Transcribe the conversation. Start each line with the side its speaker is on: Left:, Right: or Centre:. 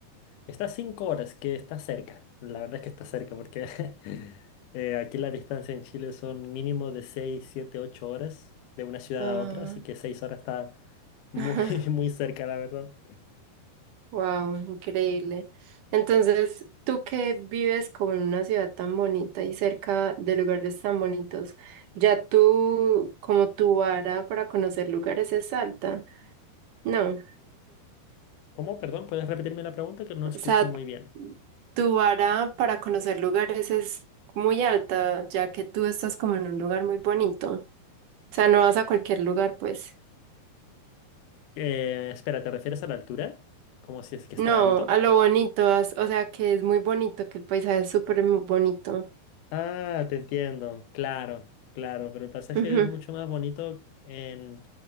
Left: Está a cinco horas, que está cerca. La verdad es que está cerca porque <laughs> eh, aquí la distancia en Chile son mínimo de seis, siete, ocho horas de una ciudad
Right: Ah,
Left: a otra, así que seis horas está muy,
Right: <laughs>
Left: <laughs> muy cerca, la verdad.
Right: wow, increíble. Entonces, tú que vives como en una ciudad tan bonita y cerca de lugares tan bonitos, ya tú, como tu vara para conocer lugares es alta. No.
Left: ¿Cómo? Perdón, ¿puedes repetirme la pregunta que no escuché
Right: O sea,
Left: muy bien?
Right: tu vara para conocer lugares es muy alta, ya que tú estás como en un lugar muy bonito. O sea, no vas a cualquier lugar, pues.
Left: Eh, espera, ¿te refieres a la altura? Como si es que está
Right: No,
Left: alto.
Right: a lo bonito, as- o sea, que es muy bonito, que el paisaje es súper mu- bonito.
Left: Ah, te entiendo, claro, claro, pero el pasaje
Right: Ujú.
Left: es mucho más bonito en,